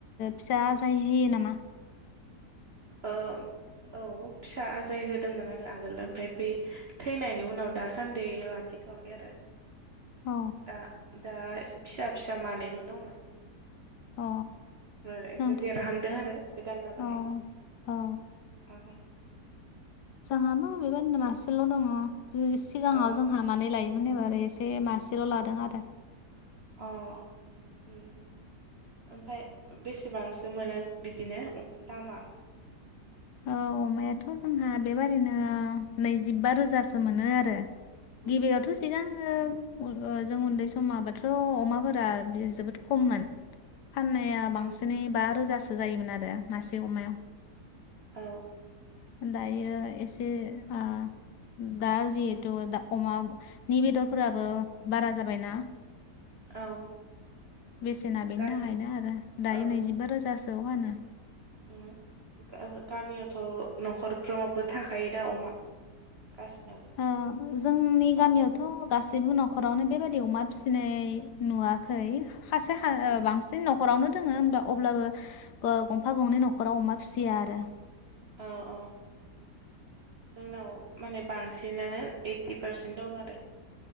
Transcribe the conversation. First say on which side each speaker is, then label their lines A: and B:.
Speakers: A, on the left (about 80°); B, on the right (about 40°).
A: फिसा आजाय होयो नामा?
B: ओ औ फिसा आजाय होदोंमोन आरो आगोल ओमफाय बे थैनायनि उनाव दासान्दि ला खिथ'आखै आरो
A: औ
B: दा दा फिसा फिसा मानैल' दङ।
A: अ
B: ओ एसे
A: नोंथां
B: देरहांदों आरो गोदान लाबोनाय
A: अ औ
B: ओ।
A: जोंहा मा बेबायदिनो मासेल' दङ सिगाङाव
B: अ
A: जोंहा
B: अ
A: मानै लायो मोन एबार एसे मासेल' लादों आरो।
B: अ उम ओमफ्राय बेसेबांसो मोनो बिदिनो दामा?
A: औ अमायाथ' जोंहा बेबादिनो नैजिबा रोजासो मोनो आरो।
B: उम
A: गिबियावथ'
B: उम
A: सिगां आङो उम ओ जों उन्दै समाबथ' अमाफोरा जोबोद खममोन। फाननाया
B: उम
A: बांसिनै बा रोजासो जायोमोन आरो मासे अमायाव।
B: औ
A: दायो एसे आ दा जिहेथु दा अमानि बेदरफोराबो बारा जाबायना।
B: औ
A: बेसेना बेनि
B: गासै
A: थाखायनो आरो दायो
B: औ
A: नैजिबा रोजासोआव फानो।
B: उम ओ गामियावथ' न'खरफ्रोमावबो थाखायो दा अमा। गासिनावबो।
A: ओ जोंनि
B: बा
A: गामियावथ' गासैबो न'खरावनो बेबायादि अमा फिसिनाय नुवाखै। खासे हा
B: उम
A: ओ
B: उम
A: बांसिन न'ख खरावनो दोङो होमब्ला अब्लाबो गंफा गंनै न'खराव अमा फिसिया आरो।
B: औ औ। जोंनाव माने बांसिनानो ओइटि पारसेन्ट दं आरो।